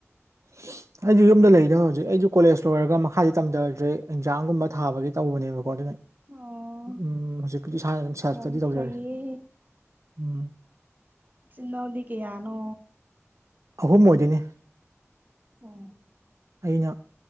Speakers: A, on the right (about 75°); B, on the right (about 35°).
A: <unintelligible> ꯑꯩꯁꯨ ꯌꯨꯝꯗ ꯂꯩꯗ ꯍꯧꯖꯤꯛ ꯑꯩꯁꯨ ꯀꯣꯂꯦꯖ ꯂꯣꯏꯔꯒ ꯃꯈꯥꯗꯤ ꯇꯝꯖꯗ꯭ꯔꯦ ꯑꯦꯛꯖꯥꯝꯒꯨꯝꯕ ꯊꯥꯕꯒꯤ ꯇꯧꯕꯅꯦꯕꯀꯣ ꯑꯗꯨꯅ
B: ꯑꯣ
A: ꯎꯝ ꯍꯧꯖꯤꯛꯄꯨꯗꯤ ꯏꯁꯥꯅ ꯑꯗꯨꯝ ꯁꯦꯜꯞ
B: ꯌꯥꯝ
A: ꯏꯁꯇꯗꯤ ꯇꯧꯖꯔꯦ
B: ꯐꯩꯌꯦ
A: ꯎꯝ
B: ꯆꯤꯟꯅꯥꯎꯗꯤ ꯀꯌꯥꯅꯣ
A: ꯑꯍꯨꯝ ꯑꯣꯏꯗꯣꯏꯅꯤ
B: ꯑꯣ
A: ꯑꯩꯅ